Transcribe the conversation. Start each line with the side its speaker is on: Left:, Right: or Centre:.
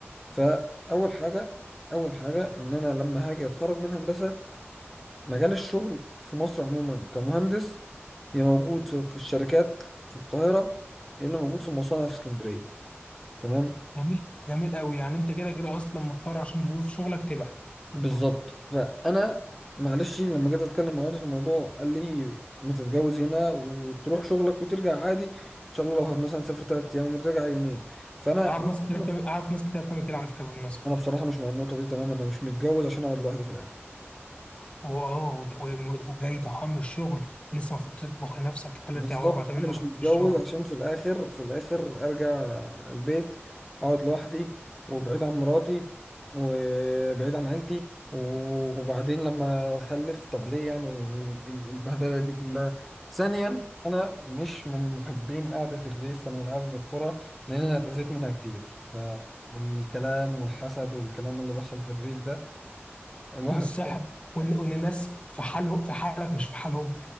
Centre: فأول حاجة أول حاجة إن أنا لما هاجي أتخرج من هندسة مجال الشغل في مصر عموما كمهندس يا موجود في الشركات في القاهرة يا إلا موجود في المصانع في اسكندرية تمام
Left: جميل جميل قوي يعني انت كده كده اصلا مضطر عشان ظروف شغلك تبعد
Centre: بالظبط فانا معلش لما جيت اتكلم مع والدي في الموضوع قال لي ما تتجوز هنا وتروح شغلك وترجع عادي ان شاء الله لو هت- مثلا تسافر ثلاث ايام وترجع يومين فانا
Left: اعرف
Centre: مش-
Left: ناس كتير بتعمل اعرف ناس كتير بتعمل كده على فكره بالمناسبه
Centre: انا بصراحه مش مع النقطه دي تماما انا مش متجوز عشان اقعد لوحدي في الاخر
Left: واه وت- و- وجاي ضحام من الشغل ولسه المفروض تطبخ لنفسك ثلاث
Centre: بالظبط
Left: او اربع تمن
Centre: انا
Left: ساعات
Centre: مش متجوز
Left: في الشغل
Centre: عشان في الاخر في الاخر ارجع البيت اقعد لوحدي وبعيد عن مراتي وبعيد عن عيلتي وبعدين لما اخلف طب ليه يعني ال- ال- البهدله دي كلها ثانيا انا مش من محبين قعده الريف انا من قعده القرى لان انا اتاذيت منها كتير فالكلام والحسد والكلام اللي بيحصل في الريف ده الواحد
Left: والسحب وان وان الناس في حالهم في حالك مش في حالهم